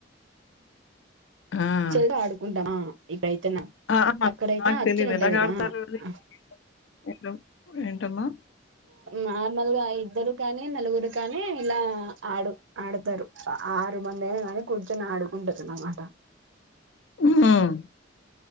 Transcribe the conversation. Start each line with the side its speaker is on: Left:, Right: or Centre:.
Left: ఆ
Right: చ్చలతో ఆడుకుంటామా ఇక్కడైతేనా
Left: ఆ నాక్
Right: అక్కడైతే
Left: <unintelligible> నాకు
Right: అచ్చులు
Left: తెలీదు
Right: ఉంటాయి
Left: ఎలా
Right: కదా
Left: ఆడతారు <unintelligible>
Right: ఆ
Left: అది ఏంటమ్మా
Right: నార్మల్ గా ఇద్దరు కానీ నలుగురు కానీ ఇలా ఆడు ఆడతారు ఆరు మంది అయినా కానీ కూర్చొని ఆడుకుంటారు అన్నమాట
Left: మ్మ్